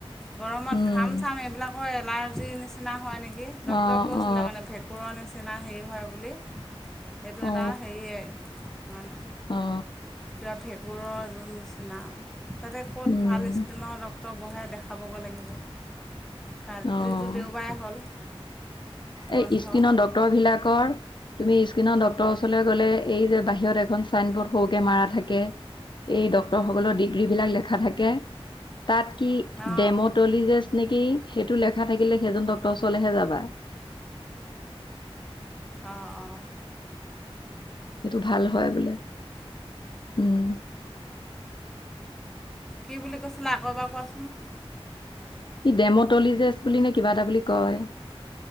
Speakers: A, in the centre; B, on the left.
A: গৰমত
B: উম উম
A: ঘাম চাম এইবিলাকৰ এলাৰ্জিৰ নিচিনা হয় নেকি, ডাক্তৰে
B: অ
A: কৈছিলে
B: অ
A: মানে ভে নিচিনা হেৰি হয় বুলি, সেইটো
B: অ
A: এটা হেৰিয়ে, উম,
B: অ
A: কিবা ভেঁকুৰৰ নিচিনা, তাতে ক'ত
B: উম
A: ভাল স্কিনৰ ডক ক্তৰ বহে দেখাবগে লাগিব, কাই
B: অ
A: দেওবাৰে হ'ল। বন্ধ
B: এই স্কিনৰ ডক্তৰ বিলাকৰ, তুমি স্কিনৰ ডক ক্তৰ ওচৰলৈ গ'লে এই যে বাহিৰত এখন চাইনবৰ্ড সৰুকে মাৰা থাকে। এ ডক্তৰ সকলৰ ডিগ্ৰীবিলাক লেখা থাকে। তাত কি,
A: অঁ অঁ
B: দেমতলেগিষ্ট
A: অঁ
B: নেকি সেইটো লেখা থাকিলে সেইজন ডক্তৰ ওচৰলেহে যাবা।
A: অঁ অঁ।
B: সেইটো ভাল হয় বোলে উম।
A: কি বুলি কৈছিলে, আকৌ এবাৰ কোৱাচোন?
B: ই ডেমটলিজেচ বুলি নে কিবা এটা বুলি কয়।